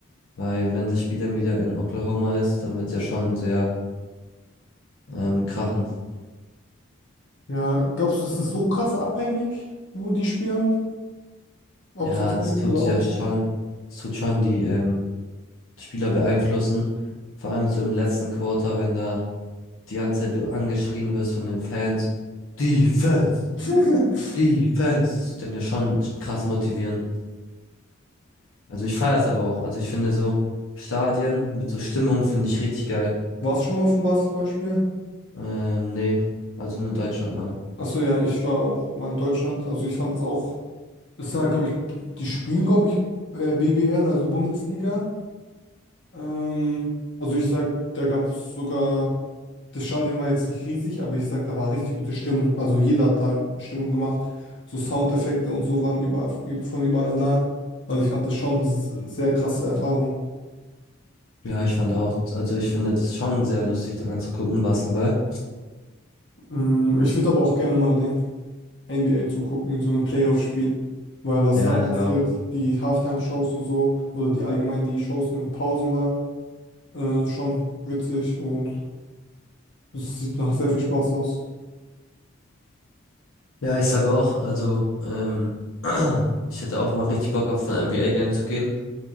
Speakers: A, on the left; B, on the left.
A: Weil wenn das Spiel dann wieder in Oklahoma ist, dann wird ja schon sehr ähm, krachen.
B: Ja, glaubst du, es ist so krass abhängig, wo die spielen? Ob
A: Ja,
B: es jetzt
A: das
B: rein
A: tut
B: oder außerhalb?
A: ja schon, das tut schon die ähm, Spieler beeinflussen. Vor allem so im letzten Quarter, wenn da die ganze Zeit du angeschrien wirst von den Fans. Defense!
B: <laughs>
A: Defense! Das tut dann ja schon krass motivieren. Also ich feiere es aber auch. Also ich finde so Stadien mit so Stimmung finde ich richtig geil.
B: Warst du schon mal auf dem Basketballspiel?
A: Ähm, nee, also nur in Deutschland mal.
B: Achso, ja, ich war auch mal in Deutschland. Also ich fand es auch, es war, glaube ich, die spielen, glaube ich, äh, BBL, also Bundesliga. Ähm, also ich sag, da gab es sogar, das Stadion war jetzt nicht riesig, aber ich sag, da war richtig gute Stimmung. Also jeder hat da Stimmung gemacht. So Soundeffekte und so waren überall, von überall da. Also ich fand das schon s- sehr krasse Erfahrung.
A: Ja, ich fand auch, also ich finde das schon sehr lustig, da anzugucken, Basketball.
B: Mm, Ich würde aber auch gerne mal den NBA zugucken in so einem Playoff-Spiel. Weil was
A: Ja,
B: da passiert,
A: ich auch.
B: die Halftime-Shows und so, oder die allgemein die Shows in den Pausen da, äh, schon witzig und es sieht nach sehr viel Spaß aus.
A: Ja, ich sag auch, also ähm, <clears throat> ich hätte auch mal richtig Bock auf ein NBA-Game zu gehen.